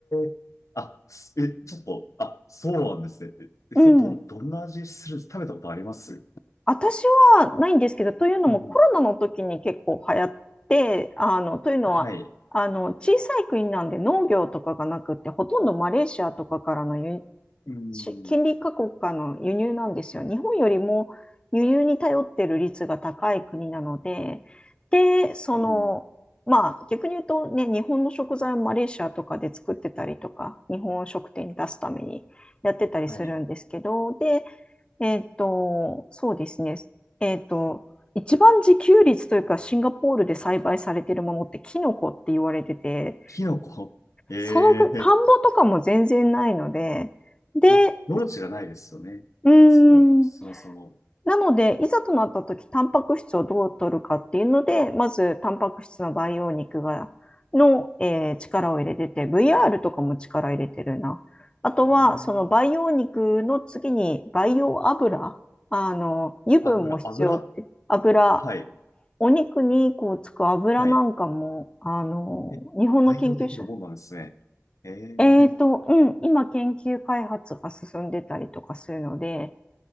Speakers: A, on the left; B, on the left.
A: えあ、すえ、ちょっと、あ、そうなんですね。え、
B: うん。
A: えそれどん、どんな味するんです食べたことあります
B: 私はないんですけど、というのもコロナの時に結構流行って、
A: うん。
B: あの、というのは、
A: はい。
B: あの、小さい国なんで農業とかがなくって、ほとんどマレーシアとかからの輸
A: うん。
B: し近隣各国からの輸入なんですよ。日本よりも輸入に頼ってる率が高い国なので、で、その、
A: うん。
B: まあ逆に言うとね、日本の食材をマレーシアとかで作ってたりとか、日本食店に出すためにやってたりするんですけど、
A: はい。
B: で、えっと、そうですね。えっと、一番自給率というか、シンガポールで栽培されてるものってキノコって言われてて、
A: キノコ。ええ
B: そのぐ、田んぼとかも全然ないので、で、
A: まあ、農地がないですよね。
B: うーん、
A: あそこ、そもそも。
B: なので、いざとなった時、タンパク質をどう取るかっていうので、まず、タンパク質の培養肉が、の、えー力を入れてて、VR とかも力入れてるな。あとは、
A: うん。
B: その培養肉の次に培養油、あの、油分も必要って、
A: 油、油。
B: 油、
A: はい。
B: お肉にこうつく油なんかも、
A: はい。
B: あの、
A: え、
B: 日本の研究者、
A: 培養できるもんなんですね。ええ
B: えーと、うん、今研究開発が進んでたりとかするので、